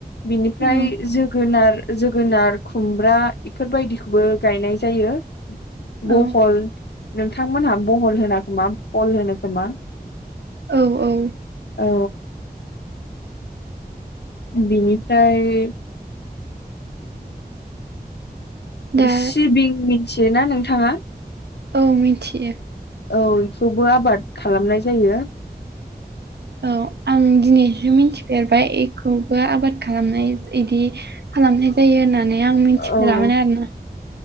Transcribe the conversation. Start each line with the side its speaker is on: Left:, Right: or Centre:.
Left: बिनिफ्राय
Right: औ
Left: जोगोनार जोगोनार खुमब्रा इफोरबायदिखौबो गायनाय जायो
Right: औ
Left: बहल नोंथांमोनहा बहल होना खोमा बहल होनो खोमा
Right: औ औ
Left: औ बेनिफ्राय
Right: दा
Left: सिबिं मिथिय ना नोंथाङा
Right: औ मिथियो
Left: औ बेखौबो आबाद खालामनाय जायो
Right: औ आं दिनैसो मिथिफेरबाय बेखौबो आबाद खालामनाय बिदि खालामनाय जायो होननानै आं मिथिफेरामोन
Left: औ
Right: आरोोना